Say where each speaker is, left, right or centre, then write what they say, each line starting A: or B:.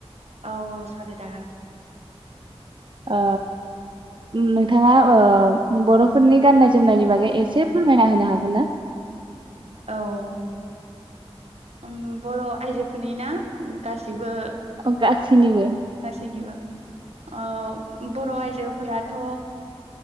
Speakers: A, on the right; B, on the right.
A: औ औ साजवराय जागोन।
B: ओ नोंथाङा ओ बर'फोरनि गाननाय जोमनायनि बागै एसे फोरमायना होनो हागोन ना?
A: औ उम बर' आइजोफोरनि ना गासिबो
B: अ गासिनिबो।
A: गासिनिबो। आ बर' आइजोफोराथ'